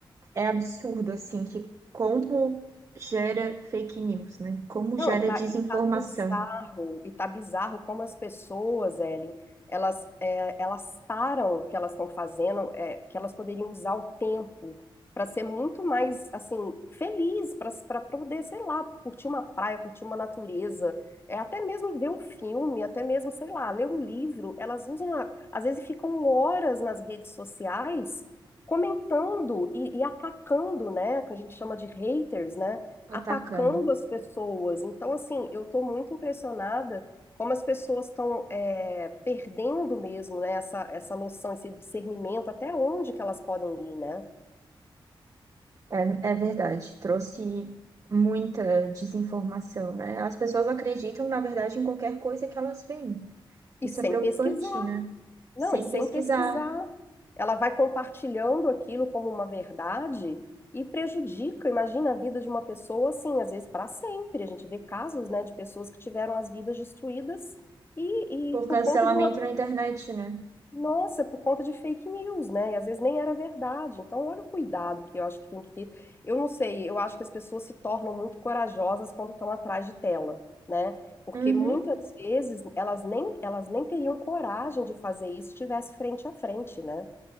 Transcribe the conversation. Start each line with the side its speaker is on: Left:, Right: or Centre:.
Right: é absurdo, assim, que como gera fake news, né? Como
Left: Não,
Right: gera
Left: e tá,
Right: desinformação
Left: e tá bizarro, e tá bizarro como as pessoas, Ellen, elas, é, elas param o que elas estão fazendo, é, que elas poderiam usar o tempo para ser muito mais, assim, feliz, para para poder, sei lá, curtir uma praia, curtir uma natureza, é, até mesmo ver um filme, até mesmo, sei lá, ler um livro. Elas usam, a- às vezes ficam horas nas redes sociais comentando e, e atacando, né, que a gente chama de haters, né?
Right: atacando.
Left: atacando as pessoas. Então, assim, eu estou muito impressionada como as pessoas estão é, perdendo mesmo, né, essa, essa noção, esse discernimento, até onde que elas podem ir, né?
Right: É, é verdade, trouxe muita desinformação, né? As pessoas acreditam, na verdade, em qualquer coisa que elas veem.
Left: E
Right: Isso
Left: sem
Right: é preocupante,
Left: pesquisar.
Right: né? Sem
Left: Não, e sem
Right: pesquisar,
Left: pesquisar. Ela vai compartilhando aquilo como uma verdade e prejudica, imagina a vida de uma pessoa assim, às vezes para sempre. A gente vê casos, né, de pessoas que tiveram as vidas destruídas e,
Right: por
Left: e por
Right: cancelamento
Left: conta de uma
Right: na internet, né?
Left: Nossa, por conta de fake news, né? E às vezes nem era verdade. Então, olha o cuidado que eu acho que tem que ter. Eu não sei, eu acho que as pessoas se tornam muito corajosas quando estão atrás de tela, né? Porque
Right: Uhum.
Left: muitas vezes elas nem, elas nem teriam coragem de fazer isso se estivesse frente a frente, né?